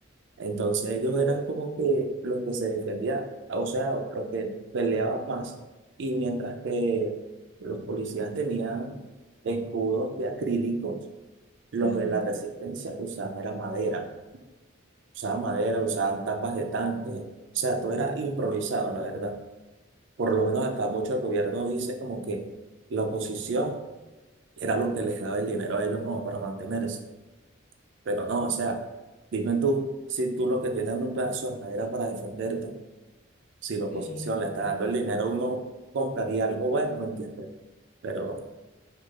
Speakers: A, on the right; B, on the left.
A: Entonces ellos eran como que los que se defendían, o sea, los que peleaban más, y mientras que los policías tenían escudos de acrílicos, los
B: Ujú.
A: de la resistencia usaban era madera usaban madera, usaban tapas de tanque, o sea, todo era improvisado, la verdad. Por lo menos acá mucho el gobierno dice como que la oposición era lo que les daba el dinero a ellos como para mantenerse, pero no, o sea, dime tú, si tú lo que tienes es un pedazo de madera para defenderte, si la oposición
B: Sí, doctor.
A: le está dando el dinero, uno compraría algo bueno, ¿me entiendes? Pero,